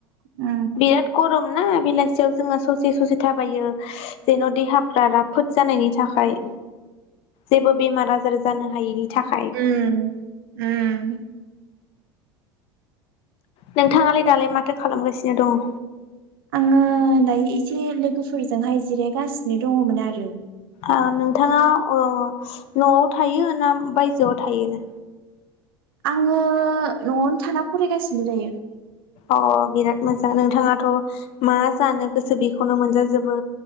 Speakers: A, on the right; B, on the left.
A: ओम
B: बिराद गरम ना बेलासियाव जोङो ससे ससे थाबायो, जेन' देहाफ्रा राफोद जानायनि थाखाय जेबो बेमार आजार जानो हायिनि थाखाय।
A: उम उम
B: नोंथाङालाय दालाय माथो खालामगासिनो दङ?
A: आङो दायो एसे लोगोफोरजोंहाय जिरायगासिनो दङमोन आरो।
B: ओ नोंथाङा ओ न'आव थायो ना बायजोआव थायोनो?
A: आङो न'आवनो थाना फरायगासिनो दायो।
B: अ बिराद मोजां नोंथाङाथ' मा जानो गोसो बेखौनो मोनजाजोबो।